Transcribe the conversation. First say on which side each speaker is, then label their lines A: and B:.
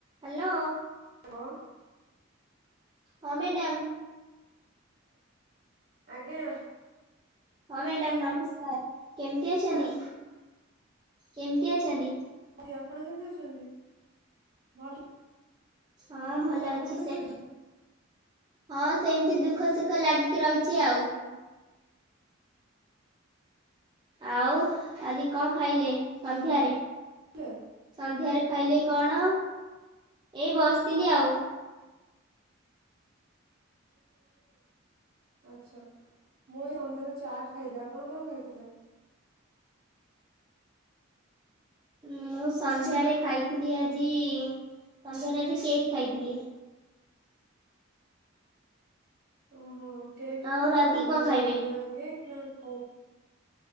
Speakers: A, on the right; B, on the right.
A: Hello.
B: Hello.
A: ହଁ madam.
B: ଆଜ୍ଞା।
A: ହଁ ମ୍ୟାଡ଼ାମ ନମସ୍କାର। କେମିତି
B: ନମସ୍କାର
A: ଅଛନ୍ତି? କେମତି ଅଛନ୍ତି?
B: କି ଆପଣ କେମିତି ଅଛନ୍ତି ଭଲ।
A: ହଁ ଭଲ
B: ଆପଣ
A: ଅଛି
B: କେମିତି
A: ସେମ
B: ଅଛନ୍ତି?
A: ହଁ ସେମିତି ଦୁଃଖ ସୁଖ ଲାଗି ରହିଛି
B: ଆଚ୍ଛା
A: ଆଉ। ଆଉ ଆଜି କଣ ଖାଇଲେ ସନ୍ଧ୍ୟାରେ?
B: ହେ
A: ସନ୍ଧ୍ୟାରେ ଖାଇଲେ କଣ ଏଇ ବସିଥିଲି ଆଉ।
B: ଆଛା ମୁଁ ଏଇ ସନ୍ଧ୍ୟାରେ ଚାଟ ଖାଇଲେ ଆପଣ କଣ ଖାଇଥିଲେ?
A: ମୁଁ ସନ୍ଧ୍ୟାରେ ଖାଇଥିଲି ଆଜି ସନ୍ଧ୍ୟାରେ ଆଜି କେକ୍ ଖାଇଥିଲି।
B: ଓହୋ। କେକ୍
A: ଆଉ
B: ମାନେ
A: ରାତି
B: କଣ ମାନେ
A: ଖାଇବେ?
B: କିଣା କେକ୍ ନା ହଉ।